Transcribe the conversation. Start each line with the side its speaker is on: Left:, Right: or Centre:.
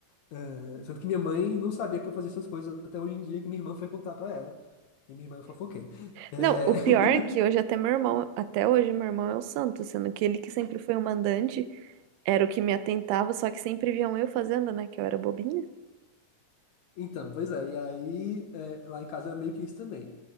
Left: É, Sendo que minha mãe não sabia que eu fazia essas coisas até hoje em dia, que minha irmã foi contar pra ela. E minha irmã é fofoqueira. É,
Right: Não, o pior
Left: <laughs>
Right: é que hoje até meu irmão, até hoje meu irmão é o santo, sendo que ele que sempre foi o mandante, era o que me atentava, só que sempre viam eu fazendo, né, que eu era bobinha.
Left: então, pois é. E aí, é, lá em casa era meio que isso também.